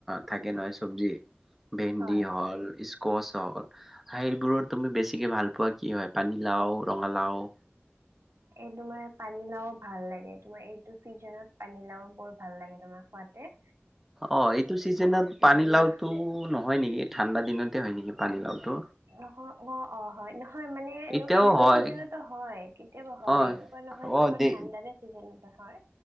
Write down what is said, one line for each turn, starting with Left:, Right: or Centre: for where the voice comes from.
Centre: থাকে নহয় চব্জি? ভেন্দি
Right: হয়।
Centre: হল কছ হল সেইবোৰত তুমি বেছিকে ভাল পোৱা কি হয় পানীলাও, ৰঙালাও?
Right: এ, তোমাৰ পানীলাও ভাল লাগে তোমাৰ এইটো চিজনত পানী লাও বৰ ভাল লাগে তোমাৰ খোৱতে।
Centre: অ', এইটো চিজনত পানী
Right: কিনে
Centre: লাওতো নহয় নেকি, ঠাণ্ডা দিনতে হয় নেকি? পানীলাওটো
Right: নহয় অ', - অ', হয় ন হয় মানে এনে
Centre: এতিয়াও
Right: এনেকুৱা
Centre: হয়
Right: ছিজনতো হয় কেতিয়াবা হয়
Centre: অ
Right: এনেকুৱা নহয় যে
Centre: অ
Right: তোমাৰ
Centre: দে
Right: ঠাণ্ডা ছিজনত হয়